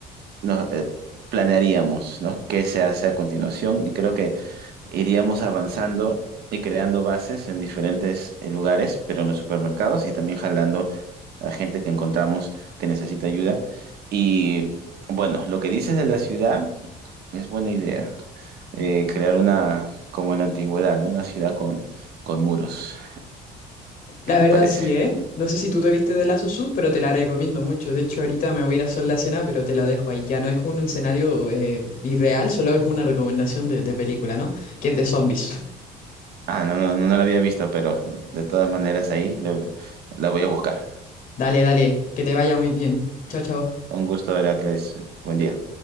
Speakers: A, on the right; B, on the left.
A: nos, eh, planearíamos, ¿no? qué se hace a continuación y creo que iríamos avanzando y creando bases en diferentes eh, lugares, pero en los supermercados y también jalando a gente que encontramos que necesita ayuda. Y bueno, lo que dices de la ciudad es buena idea. Eh, crear una, como en la antigüedad, ¿no? Una ciudad con, con muros.
B: La
A: ¿Qué te
B: verdad
A: parece?
B: sí, ¿eh? No sé si tú te viste de Last of Us, pero te la recomiendo mucho. De hecho, ahorita me voy a ir a hacer la cena, pero te la dejo ahí. Ya no es un escenario eh, irreal, solo es una recomendación de, de película, ¿no? Que es de zombies.
A: Ah, no, no, no, no la había visto, pero de todas maneras ahí le- la voy a buscar.
B: Dale, dale, que te vaya muy bien. Chao, chao.
A: Un gusto, Heracles. Buen día.